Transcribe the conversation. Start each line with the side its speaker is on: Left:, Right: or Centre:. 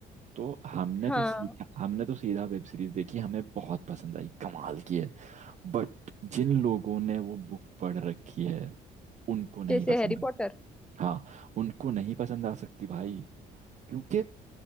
Right: तो हमने
Centre: हाँ
Right: तो सीधा हमने तो सीधा वेब सीरीज देखी हमें बहुत पसंद आई कमाल की है बट जिन लोगों ने वो बुक पढ़ रखी है उनको नहीं
Centre: जैसे
Right: पसंद
Centre: हैरी पॉटर
Right: हाँ उनको नहीं पसंद आ सकती भाई क्योंकि